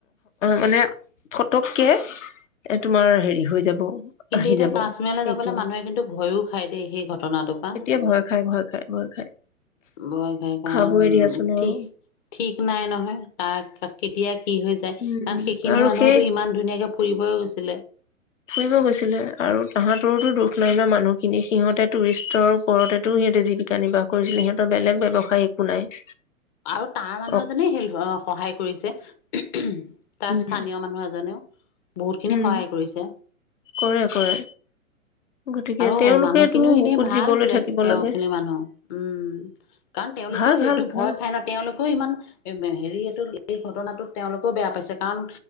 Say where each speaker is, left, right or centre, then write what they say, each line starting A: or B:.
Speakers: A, on the left; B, on the left.
A: মানে ফটককে এ তোমাৰ হেৰি হৈ যাব
B: কিন্তু
A: আহি
B: এতিয়া
A: যাব
B: কাশ্মীৰলৈ
A: সেইটোৱে
B: যাবলৈ মানুহে কিন্তু ভয়ো খায় দেই সেই ঘটনাটোৰ পৰা।
A: এতিয়া ভয় খাই ভয় খাই ভয় খাই
B: ভয় খাই কাৰণ
A: খাবই দিয়াচোন আৰু
B: ঠিক ঠিক নাই নহয়, কাৰ কেতিয়া কি হৈ যায়,
A: উম
B: কাৰণ সেইখিনি
A: আৰু
B: মানুহোতো
A: সেই
B: ইমান ধুনীয়াকে ফুৰিবই গৈছিলে।
A: ফুৰিব গৈছিলে আৰু তাহাঁতৰোতো দুখ নাই মানুহখিনি সিহঁতে টুৰিষ্টৰ ওপৰতেতো সিহঁতে জীৱিকা নিৰ্বাহ কৰিছিলে। সিহঁতৰ বেলেগ ব্যৱসায় একো নাই।
B: আৰু তাৰ মানুহ
A: অ
B: এজনে হেল অ সহায় ক কৰিছে। তাৰ
A: উম
B: স্থানীয় মানুহ এজনেও বহুতখিনি
A: উম
B: সহায় কৰিছে।
A: কৰে কৰে গতিকে
B: আৰু
A: তেওঁলোকেতো
B: মানুহখিনিও এনেই
A: বুকুত
B: ভাল
A: জীৱলৈ
B: বোলে
A: থাকিব
B: তেওঁ
A: লাগে
B: খিনি মানুহ। উম কাৰণ তেওঁলোকেও
A: ভাল
B: সেইটো
A: ভাল ভাল
B: ভয় খাই ন তেওঁলোকেও ইমান হেৰি এইটো এই ঘটনাটো তেওঁলোকেও বেয়া পাইছে কাৰণ